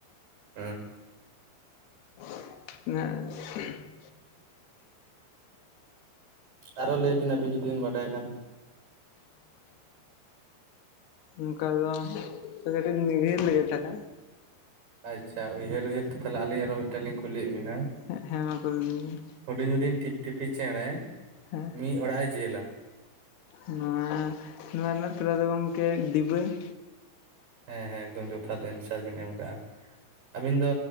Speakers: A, on the right (about 55°); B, on the left (about 70°).
A: ᱦᱩᱸ
B: <inaudible>
A: ᱟᱨᱦᱚ ᱞᱟᱹᱭ ᱵᱤᱱ ᱟᱵᱤᱱ ᱡᱩᱫᱤ ᱵᱤᱱ ᱵᱟᱰᱟᱭ ᱠᱷᱟᱱ᱾
B: ᱚᱱᱠᱟ ᱫᱚ ᱠᱟᱹᱴᱤᱡ ᱱᱤᱜᱮᱨ ᱞᱮᱜᱮ ᱛᱟᱦᱚᱞᱮ᱾
A: ᱟᱪᱷᱟ ᱩᱭᱦᱟᱹᱨ ᱩᱭᱦᱟᱹᱨ ᱛᱮ ᱛᱟᱦᱚᱞᱮ ᱟᱹᱞᱤᱧ ᱟᱨᱦᱚ ᱢᱤᱫᱴᱮᱱ ᱞᱤᱧ ᱠᱩᱞᱤᱭᱮᱫ ᱵᱮᱱᱟ᱾
B: ᱦᱮᱸ, ᱦᱮᱸ ᱢᱟ ᱠᱩᱞᱤ ᱞᱤᱧ ᱵᱤᱱ᱾
A: ᱦᱩᱰᱤᱧ ᱦᱩᱰᱤᱧ ᱴᱷᱤᱯ ᱴᱷᱤᱯᱤ ᱪᱮᱬᱮ
B: ᱦᱮᱸ
A: ᱢᱤᱫ ᱚᱲᱟᱜ ᱮ ᱡᱮᱞᱟ ᱾
B: ᱮᱸ ᱱᱚᱣᱟ ᱨᱮᱱᱟᱜ ᱛᱮᱞᱟ ᱫᱚ ᱜᱚᱝᱠᱮ ᱰᱤᱵᱟᱹ ᱾
A: ᱦᱮᱸ ᱦᱮᱸ ᱮᱠᱫᱚᱢ ᱡᱚᱛᱷᱟᱛ ᱟᱱᱥᱟᱨ ᱵᱤᱱ ᱮᱢ ᱟᱠᱟᱜᱼᱟ ᱾ ᱟᱹᱵᱤᱱ ᱫᱚ